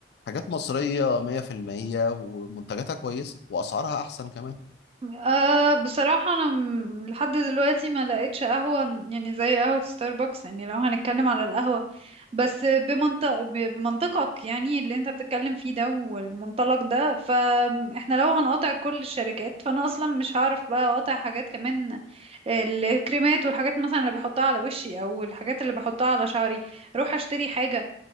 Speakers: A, on the left; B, on the right.
A: حاجات مصرية 100% ومنتجاتها كويسة واسعارها احسن كمان
B: أه بصراحة أنا م- لحد دلوقتي ما لقيتش قهوة يعني زي قهوة ستاربكس يعني لو هنتكلم على القهوة بس بمنطق ب- بمنطقك يعني اللي انت بتتكلم فيه ده والمنطلق ده فاحنا لو هنقاطع كل الشركات فأنا أصلا مش هعرف بقى أقاطع حاجات كمان الكريمات والحاجات مثلا اللي بحطها على وشي أو الحاجات اللي بحطها على شعري أروح أشتري حاجة